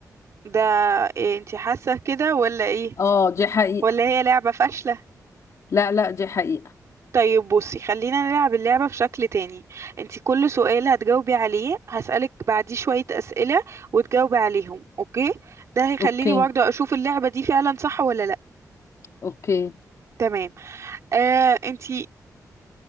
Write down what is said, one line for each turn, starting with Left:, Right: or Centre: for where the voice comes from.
Right: ده إيه انتي حاسة كده ولا ايه
Left: أه دي حقيقة
Right: ولا هي لعبة فاشلة
Left: لا لا دي حقيقة
Right: طيب بصي خلينا نلعب اللعبة بشكل تاني انتي كل سؤال هتجاوبي عليه هسألك بعديه شوية أسئلة وتجاوبي عليهم اوكي ده هيخليني
Left: أوكي
Right: برضه اشوف اللعبة دي فعلا صح ولا لا
Left: أوكي
Right: تمام آه انتي